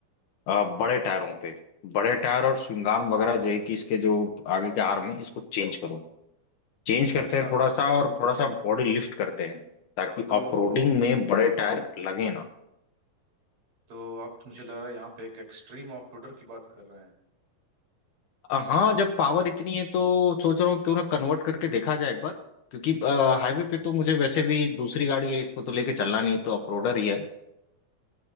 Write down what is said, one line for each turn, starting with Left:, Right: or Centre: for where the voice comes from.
Left: अ, बड़े टायरों पे बड़े टायर और श्रृंगार वगैरह जो है कि इसके जो आगे के आर्म है इसको चेंज करूँ चेंज करते
Right: तो क्या
Left: हैं थोड़ा सा और थोड़ा सा बॉडी लिफ्ट करते हैं ताकि
Right: तो
Left: ऑफ रोडिंग में बड़े टायर लगे ना
Right: तो आप तो मुझे लग रहा है यहाँ पे एक एक्सट्रीम ऑफ रोडर की बात कर रहे हैं
Left: अ, हाँ जब पावर इतनी है तो सोच रहा हूँ क्यों ना कन्वर्ट करके देखा जाए एक बार क्योंकि हाईवे पे तो मुझे वैसे भी दूसरी गाड़ी है इसको तो लेके चलना नहीं तो ऑफरोडर ही है